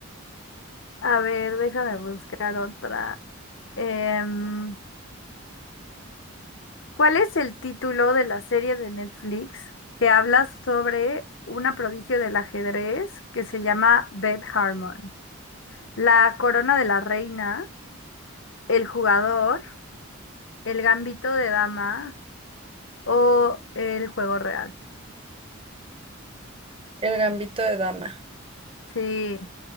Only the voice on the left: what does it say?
A ver, déjame buscar otra. Em, ¿cuál es el título de la serie de Netflix que habla sobre una prodigio del ajedrez que se llama Beth Harmon? La corona de la reina, el jugador, el gambito de dama o el juego real.
Sí,